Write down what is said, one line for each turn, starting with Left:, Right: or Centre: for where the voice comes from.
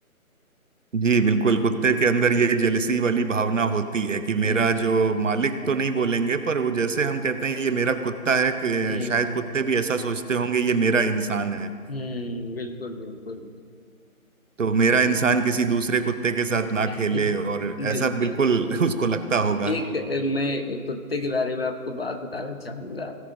Right: जी बिल्कुल कुत्ते के अंदर ये जेलसी वाली भावना होती है कि
Left: हम्म
Right: मेरा जो मालिक तो नहीं बोलेंगे पर वो जैसे हम कहते हैं ये मेरा कुत्ता है कि
Left: हम्म
Right: शायद कुत्ते भी ऐसा सोचते होंगे ये मेरा इंसान है
Left: हम्म बिल्कुल बिल्कुल
Right: तो मेरा इंसान किसी दूसरे कुत्ते के साथ ना
Left: <laughs>
Right: खेले और
Left: बिल्कुल
Right: ऐसा बिल्कुल <laughs> उसको लगता होगा
Left: एक अ, मैं एक कुत्ते के बारे में आपको बात बताना चाहूंगा